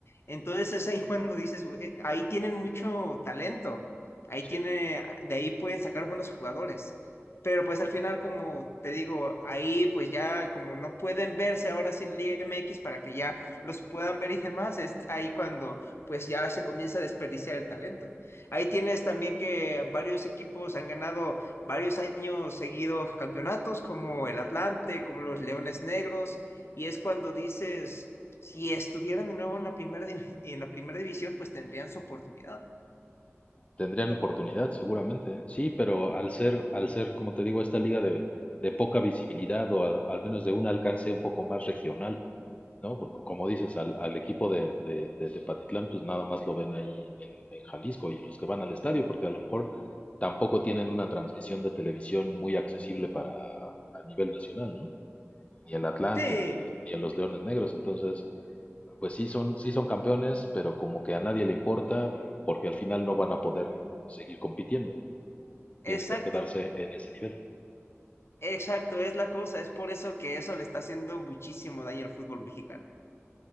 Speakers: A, on the left; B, on the left.
A: Entonces es ahí cuando dices, "Güey, ahí tienen mucho talento, ahí
B: Sí.
A: tiene, de ahí pueden sacar buenos jugadores. Pero pues al final, como te digo, ahí pues ya como no pueden verse ahora sí la Liga MX para que ya los puedan ver y demás, es ahí cuando pues ya se comienza a desperdiciar el talento. Ahí tienes también que varios equipos han ganado varios años seguidos campeonatos, como el Atlante, como los Leones Negros, y es cuando dices, si estuvieran de nuevo en la primera, div- en la primera división, pues tendrían su oportunidad.
B: Tendrían oportunidad, seguramente. Sí, pero al ser, al ser, como te digo, esta liga de, de poca visibilidad o a- al menos de un alcance un poco más regional, ¿no? Porque como dices, al, al equipo de, de- de Tepatitlán, pues nada más lo ven ahí en, en Jalisco y los que van al estadio, porque a lo mejor tampoco tienen una transmisión de televisión muy accesible para a nivel nacional, ¿no? Ni el Atlante,
A: Sí,
B: ni los, ni los Leones Negros. Entonces, pues sí son, sí son campeones, pero como que a nadie le importa, porque al final no van a poder seguir compitiendo.
A: exacto.
B: Tiene que quedarse en ese nivel.
A: Exacto, es la cosa, es por eso que eso le está haciendo muchísimo daño al fútbol mexicano.